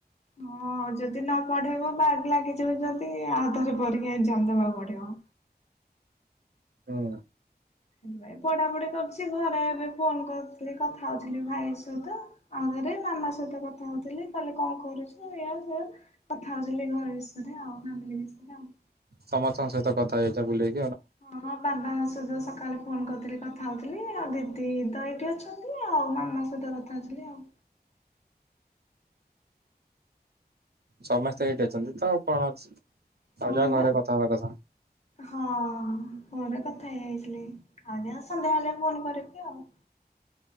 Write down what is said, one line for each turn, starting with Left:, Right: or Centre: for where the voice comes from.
Left: ହଁ ଯଦି ନ ପଢେଇବ ବାଗ ଲାଗିଯିବ ଯଦି ଆାତରେ ପରିକି ଏକ୍ଜାମ ଦେବାକୁ ପଡିବ।
Right: ହୁଁ
Left: ହେ ଭାଇ ପଢାପଢି କରୁଛି ଘରେ ଏବେ ଫୋନ କରିଥିଲି କଥା ହଉଥିଲି ଭାଇ ସହିତ ଆଉରେ ମାମା ସହିତ କଥା ହଉଥିଲି କହଲେ କଣ କରୁଛୁ କଥା ହଉଥିଲି ଘ ବିଷୟରେ ଆଉାମ ବିଷୟରେ ଆଉ।
Right: ସମସ୍ତଙ୍କ ସହିତ କଥା ହେଇଛ ବୁଲେଇ
Left: ହଁ ହଁ ବାବା ସକାଳେ ଫୋନ କରିଥିଲି କଥା ହଉଥିଲି ଆଉ ଦିଦି ଦହିଟି ଅଛନ୍ତି ଆଉ ମାମା ସହିତ କଥା ହଉଥିଲି ଆଉ।
Right: ସମସ୍ତେ ଏଇଠି ଅଛନ୍ତି ତ ଆଉ କଣ ଅଛି। ଆଉ
Left: କଣ
Right: ଯାହା ଘରେ
Left: କଇଲ
Right: କଥା ହବା କଥା
Left: ହଁ ଘରେ କଥା ହେଇଯାଇଥିଲି ଆଉ ଯା ସନ୍ଧ୍ୟା ବଳେ ଫୋନ କରିବି ଆଉ।